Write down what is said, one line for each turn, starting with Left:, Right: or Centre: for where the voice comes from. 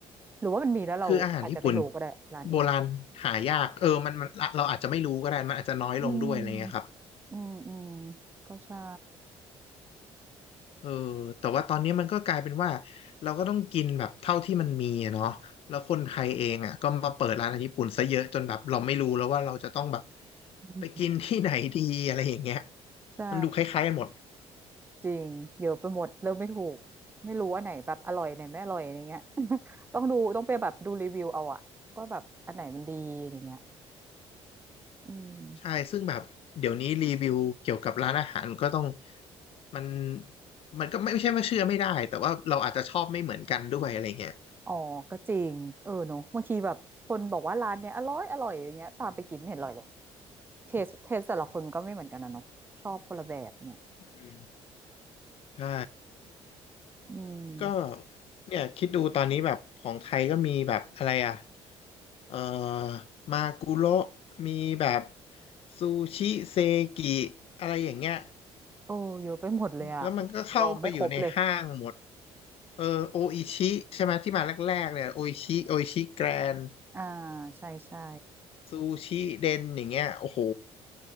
Right: หรือว่ามันมีแล้วเราอาจจะไม่รู้ก็ได้ร้านอื่น
Left: คืออาหารญี่ปุ่นโบราณหายากเออมันมันเราอาจจะไม่รู้ก็ได้มันอาจจะน้อยลงด้วยอะไรเงี้ยครับ
Right: อืมอืมอืมก็ใช่
Left: เออแต่ว่าตอนนี้มันก็กลายเป็นว่าเราก็ต้องกินแบบเท่าที่มันมีอะเนาะแล้วคนไทยเองอ่ะก็มาเปิดร้านอาหารญี่ปุ่นซะเยอะจนแบบเราไม่รู้แล้วว่าเราจะต้องแบบ
Right: อืม
Left: ไปกินที่ไหนดีอะไรอย่างเงี้ย
Right: ใช่
Left: มันดูคล้ายๆกันหมด
Right: จริงเยอะไปหมดเริ่มไม่ถูกไม่รู้ว่าไหนแบบอร่อยไหนไม่อร่อยอะไรเงี้ย <laughs> ต้องดูต้องไปแบบดูรีวิวเอาอะว่าแบบอันไหนมันดีอะไรเงี้ย อืม
Left: ใช่ซึ่งแบบเดี๋ยวนี้รีวิวเกี่ยวกับร้านอาหารก็ต้องมันมันก็ไม่ไม่ใช่ไม่าเชื่อไม่ได้แต่ว่าเราอาจจะชอบไม่เหมือนกันด้วยอะไรเงี้ย
Right: อ๋อ ก็จริงเออเนอะบางทีแบบคนบอกว่าร้านเนี้ยอร่อยอร่อยอย่างเงี้ยตามไปกินไม่เห็นอร่อยเลยเทสเทสแต่ละคนก็ไม่เหมือนกันนะเนอะชอบคนละแบบเนี่ย
Left: อืมใช่
Right: อืม
Left: ก็เนี่ยคิดดูตอนนี้แบบของไทยก็มีแบบอะไรอ่ะเอ่อมากุโระมีแบบซูชิเซกิอะไรอย่างเงี้ย
Right: โอ้เยอะไปหมดเลยอะ
Left: แล้วมันก็เข้าไปอยู่ในห้างหมด
Right: ลองไม่ครบเลย
Left: เออโออิชิใช่ไหมที่มาแรกๆเนี่ยโออิชิโออิชิแกรน
Right: อ่าใช่ใช่
Left: ซูชิเดนอย่างเงี้ยโอ้โห